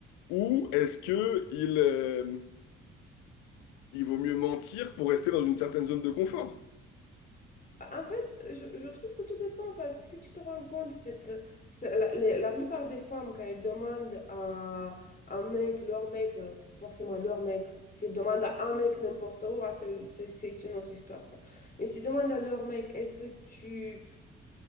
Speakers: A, on the left; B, on the left.
A: ou est-ce que il, euh, il vaut mieux mentir pour rester dans une certaine zone de confort.
B: Bah, En fait, je, je trouve que tout dépend parce que si tu te rends compte, cette, c'est- la, les- la plupart des femmes, quand elles demandent à un mec, leur mec, euh, forcément leur mec, s'ils demandent à un mec n'importe où, ah, c'est une, c'est c'est une autre histoire ça. Mais s'ils demandent à leur mec, est-ce que tu,